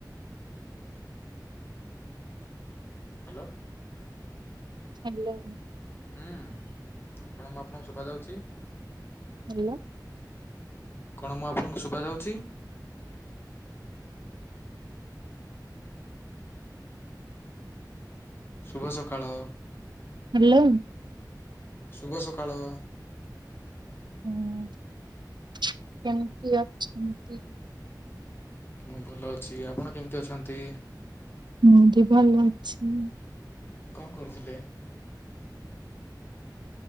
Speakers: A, on the left; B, on the right.
A: ହାଲୋ।
B: ହାଲୋ।
A: ହୁଁ କଣ ମୁଁ ଆପଣଙ୍କୁ ଶୁଭାଯାଉଚି?
B: ହାଲୋ।
A: କଣ ମୁଁ ଆପଣଙ୍କୁ ଶୁବା ଯାଉଚି? ଶୁଭ ସକାଳ।
B: ହାଲୋ।
A: ଶୁଭ ସକାଳ।
B: ହୁଁ କେମତି ଅଛନ୍ତି?
A: ମୁଁ ଭଲ ଅଛି। ଆପଣ କେମିତି ଅଛନ୍ତି?
B: ହୁଁ ବି ଭଲ ଅଛି।
A: କଣ କରୁଥିଲେ?